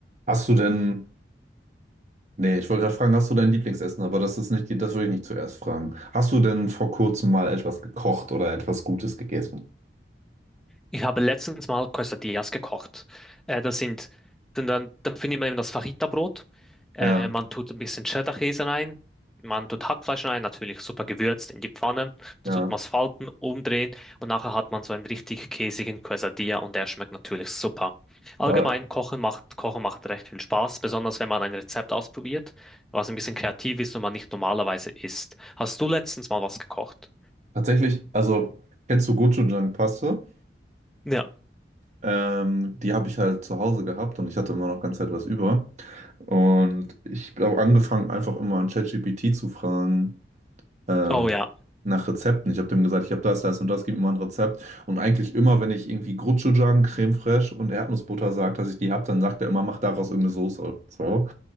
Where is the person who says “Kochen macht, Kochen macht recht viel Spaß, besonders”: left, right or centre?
Centre